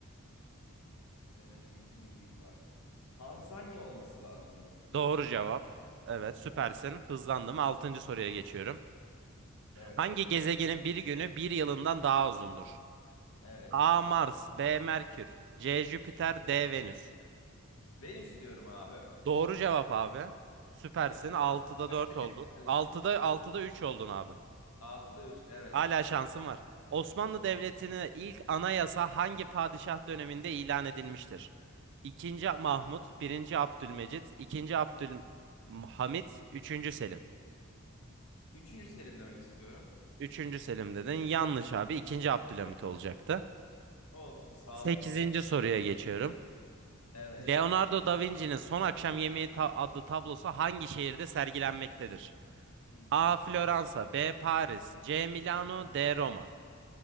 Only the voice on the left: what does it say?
Serengeti Milli Parkı. Tanzanya olması lazım bu.
Evet.
Evet.
Evet.
Ben istiyorum abi.
Evet.
Kaçta
kaç isterler?
Altıda 3. Evet.
Üçüncü Selim demek istiyorum.
Olsun. Sağlık
olsun.
Evet.
Hı hı.